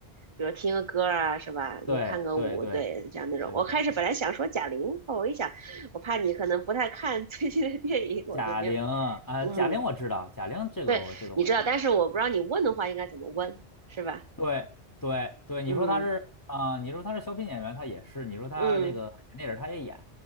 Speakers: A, on the right; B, on the left.
A: 比如听个歌啊，是吧？
B: 对对对
A: 你看个舞，对，这样那种。
B: 对对对对。
A: 我开始本来想说贾玲，后我一想，我怕你可能不太看 <laughs> 最近的电影，我就没有。
B: 贾玲啊，
A: 嗯，
B: 贾玲我知道，贾玲这个我这个我知道，
A: 对，你知道，但是我不知道你问的话应该怎么问，是吧？
B: 对对对，你说他是啊、
A: 嗯
B: 你说他是小品演员，他也是；你说他这个演电影，
A: 嗯
B: 他也演；